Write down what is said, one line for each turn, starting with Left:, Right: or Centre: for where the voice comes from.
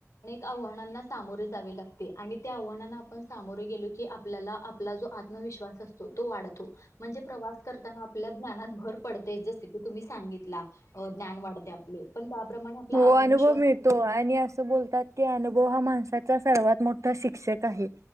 Left: आव्हानाना सामोरे जावे लागते आणि त्या आव्हानाना आपण सामोरे गेलो की आपल्याला आपला जो आत्म विश्वास असतो तो वाढतो म्हणजे प्रवास करताना आपल्या ज्ञानात भर पडते जस की तुम्ही सांगितला. ला ज्ञान वाढते आपले. त्याप्रमाणे आपला
Right: हो
Left: आत्मविश्वास
Right: अनुभव मिळतो,
Left: देखील वाढतो
Right: आणि असं बोलतात की अनु हा माणसाचा सर्वात मोठा शिक्षक आहे,